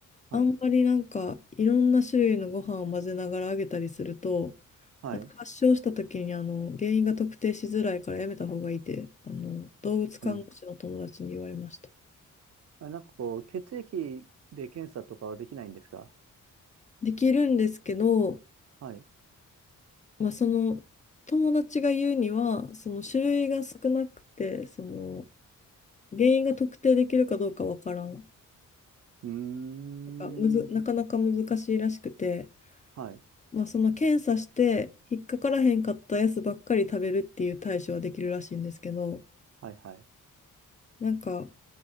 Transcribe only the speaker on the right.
はい、
はい。
うん。あ、なんかこう、血液で検査とかはできないんですか
はい。
うーん。
はい、
はい、はい、